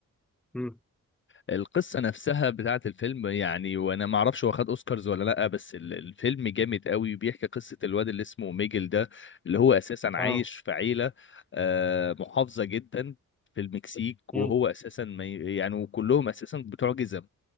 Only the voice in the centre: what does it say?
مم،
اه
مم،